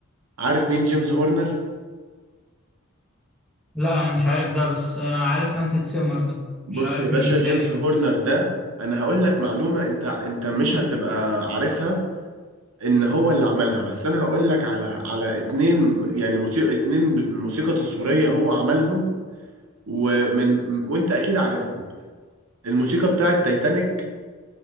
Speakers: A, on the right; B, in the centre.
A: عارف مين جيمس هورنر
B: لا انا مش عارف ده بس انا عارف هانس سيمر ده
A: بص
B: مش عارف
A: يا باشا
B: مين التاني
A: جيمس
B: ده
A: هورنر ده انا هقول لك معلومة انت انت مش هتبقى عارفها ان هو اللي عملها بس انا هقول لك على على اتنين يعني موسيقى اتنين ب- موسيقى تصويرية هو عملهم ومن وانت اكيد عارفهم الموسيقى بتاعت تايتانيك